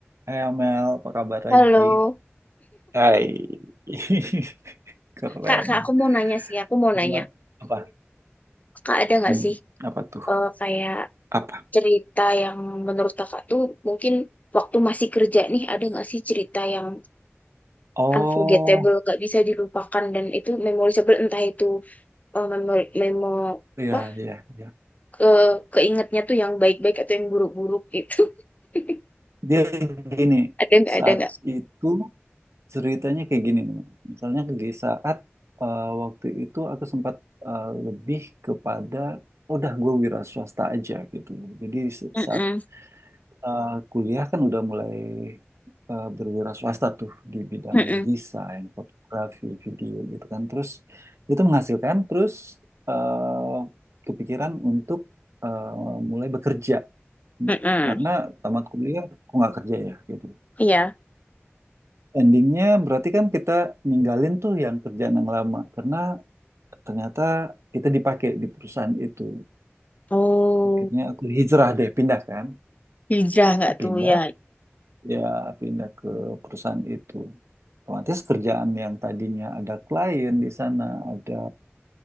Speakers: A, on the right; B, on the left.
A: Hai Amel, apa kabar
B: Halo,
A: lagi? Hai, <laughs> Keren.
B: Kak, Kak, aku mau nanya sih, aku mau
A: Gimana?
B: nanya,
A: Apa?
B: Kak ada nggak
A: Hmm,
B: sih
A: apa tuh?
B: eh, kayak
A: Apa?
B: cerita yang menurut Kakak tuh mungkin waktu masih kerja nih ada nggak sih cerita yang
A: Oh,
B: unforgettable, gak bisa dilupakan dan itu memorable entah itu eh, memo, memo
A: iya,
B: apa
A: iya, iya.
B: ke keingetnya tuh yang baik-baik atau yang buruk-buruk gitu. <laughs>
A: Dia gini,
B: Ada nggak?
A: saat
B: Ada nggak?
A: itu ceritanya kayak gini nih. Misalnya di saat eh, waktu itu aku sempat eh, lebih kepada, udah gue wira swasta aja gitu. Jadi se-
B: Mm-mm,
A: saat eh, kuliah kan udah mulai eh, berwira swasta tuh di bidang
B: mm-mm,
A: desain, fotografi, video gitu kan. Terus itu menghasilkan, terus eh, kepikiran untuk eh, mulai bekerja
B: mm-mm.
A: karena tamat kuliah kok nggak kerja ya gitu.
B: Iya.
A: Endingnya berarti kan kita ninggalin tuh yang kerjaan yang lama karena ternyata kita dipakai di perusahaan itu.
B: Oh,
A: Akhirnya aku hijrah deh, pindah kan.
B: hijrah nggak
A: Pindah
B: tuh ya?
A: ya pindah ke perusahaan itu. Otomatis kerjaan yang tadinya ada klien di sana, ada